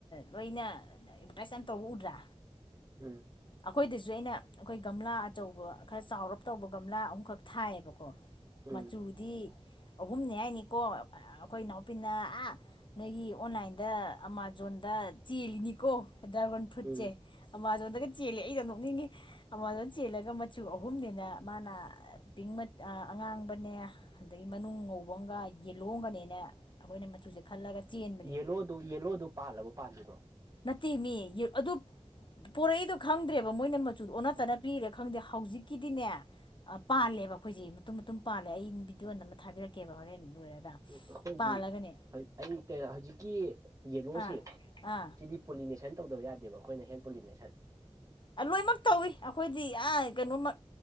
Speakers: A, on the left (about 45°); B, on the right (about 30°).
A: ꯂꯣꯏꯅ ꯑꯦꯗꯚꯔꯇꯥꯏꯖ ꯌꯥꯝ ꯇꯧꯕ ꯎꯗ꯭ꯔꯥ
B: ꯎꯝ
A: ꯑꯈꯣꯏꯗꯁꯨ ꯑꯩꯅ ꯑꯩꯈꯣꯏ ꯒꯝꯂꯥ ꯑꯆꯧꯕ ꯈꯔ ꯆꯥꯎꯔꯞ ꯇꯧꯕ ꯒꯝꯂꯥ ꯑꯍꯨꯝꯈꯛ ꯊꯥꯏꯑꯕꯀꯣ
B: ꯎꯝ
A: ꯃꯆꯨꯗꯤ ꯑꯍꯨꯝꯅꯤ ꯍꯥꯏꯅꯤꯀꯣ ꯑ ꯑꯩꯈꯣꯏ ꯏꯅꯥꯎꯄꯤꯅ ꯑꯥ ꯅꯣꯏꯒꯤ ꯑꯣꯟꯂꯥꯏꯟꯗ ꯑꯃꯥꯖꯣꯟꯗ ꯆꯦꯜꯂꯤꯅꯤꯀꯣ ꯗ꯭ꯔꯒꯣꯟ ꯐ꯭ꯔꯨꯠꯁꯦ
B: ꯎꯝ
A: ꯑꯃꯥꯖꯣꯟꯗꯒ ꯆꯦꯜꯂꯦ ꯑꯩꯅ ꯅꯣꯛꯅꯤꯡꯉꯤ ꯑꯃꯥꯖꯣꯟ ꯆꯦꯜꯂꯒ ꯃꯆꯨ ꯑꯍꯨꯝꯅꯦꯅ ꯃꯥꯅ ꯄꯤꯡ ꯃꯠ ꯑ ꯑꯉꯥꯡꯕꯅꯦ ꯑꯗꯒꯤ ꯃꯅꯨꯡ ꯉꯧꯕ ꯑꯃꯒ ꯌꯦꯜꯂꯣ ꯑꯝꯒꯅꯦꯅ ꯑꯩꯈꯣꯏꯅ ꯃꯆꯨꯁꯦ ꯈꯜꯂꯒ ꯆꯦꯟꯕꯅꯦ
B: ꯌꯦꯂꯣꯗꯨ ꯌꯦꯂꯣꯗꯨ ꯄꯥꯜꯂꯕ ꯄꯥꯜꯗ꯭ꯔꯤꯕ꯭ꯔꯣ
A: ꯅꯠꯇꯦ ꯃꯤ ꯑꯗꯨ ꯄꯣꯔꯛꯏꯗꯣ ꯈꯪꯗ꯭ꯔꯦꯕ ꯃꯣꯏꯅ ꯃꯆꯨꯗꯣ ꯑꯣꯟꯅ
B: ꯎꯝ
A: ꯇꯩꯅ ꯄꯤꯔꯥ ꯈꯪꯗꯦ ꯍꯧꯖꯤꯛꯀꯤꯗꯤꯅꯦ ꯑ ꯄꯥꯜꯂꯦꯕ ꯑꯩꯈꯣꯏꯁꯤ ꯃꯇꯨꯝ ꯃꯇꯨꯝ ꯄꯥꯜꯂꯦ ꯑꯩ ꯚꯤꯗꯤꯑꯣ ꯅꯝꯃ ꯊꯥꯕꯤꯔꯛꯀꯦꯕ ꯍꯣꯔꯦꯟ ꯂꯣꯏꯔꯒ
B: ꯎꯝ ꯑꯩꯈꯣꯏꯗꯤ
A: ꯄꯥꯜꯂꯒꯅꯦ
B: ꯑꯩ ꯑꯩ ꯀꯦꯔꯥ ꯍꯧꯖꯤꯛꯀꯤ ꯌꯦꯂꯣꯁꯦ
A: ꯑꯥ ꯑꯥ
B: ꯁꯤꯗꯤ ꯄꯣꯂꯤꯅꯦꯁꯟ ꯇꯧꯗꯕ ꯌꯥꯗꯦꯕ ꯑꯩꯈꯣꯏꯅ ꯍꯦꯟ ꯄꯣꯂꯤꯅꯦꯁꯟ
A: ꯑ ꯂꯣꯏꯃꯛ ꯇꯧꯏ ꯑꯩꯈꯣꯏꯗꯤ ꯑ ꯀꯩꯅꯣꯃꯛ